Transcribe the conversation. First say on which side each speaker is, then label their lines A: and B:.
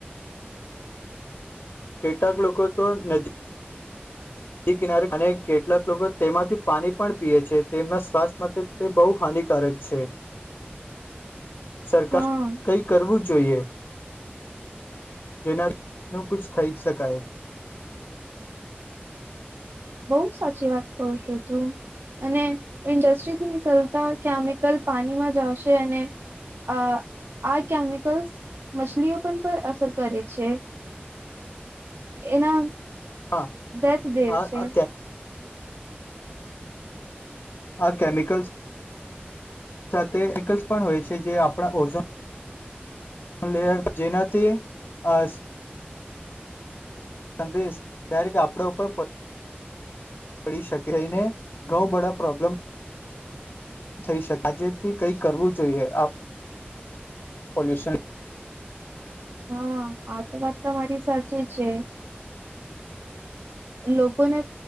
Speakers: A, on the left (about 60°); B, on the right (about 75°).
A: કેટલાક લોકો તો ન કિનારે અને કેટલાક લોકો તેમાંથી પાણી પણ પીએ છે તેમના સ્વાસ્થ્ય માટે તે બહુ હાનિકારક છે સરકાર
B: હા
A: કઈ કરવું જોઈએ જોઈએ જેનાનું ક થઈ શકાય
B: બહુ સાચી વાત કહે છું તું અને ઇન્ડસ્ટ્રીથી નીકળતા કેમિકલ પાણીમાં જશે અને આ આ કેમિકલ્સ મછલીઓ પર પર અસર કરે છે એના
A: હા
B: દતદેવ
A: આ
B: છે
A: આ કેમિકલ્સ સાથે કેમિકલ્સ પણ હોય છે જે આપણા ઓઝોનર જેનાથી આ સંદેશ ડાયરેક્ટ આપડા ઉપર પડી શકે ઈ ને ઘઉં બળા પ્રોબ્લેમ થઈ શકે આજેથી કંઈ કરવું જોઈએ આપ પોલ્યુશન
B: હા આ તો વાત તમા મારી સાચી છે લોકોને